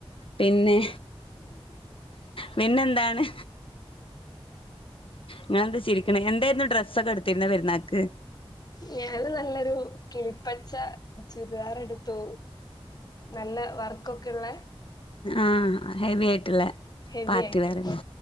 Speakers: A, on the left (about 60°); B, on the left (about 40°).
A: പിന്നെ പിന്നെെന്താണ് ങ്ങെ എന്ത് ചിരിക്കണ എന്തായിരുന്നു ഡ്രസ്സൊക്കെ എടുത്തിരുന്ന പെരുന്നാൾക്ക്
B: ഞാന് നല്ലൊരു കിളിപ്പച്ച ചുരിദാറെ എടുത്തു നല്ല വർക്കൊക്കെക്കെള്ള
A: ആഹ് ഹെവി ആയിട്ടുള്ള
B: ഹെവി
A: പാർട്ടി
B: ആയിട്ട്
A: വേറല്ലെ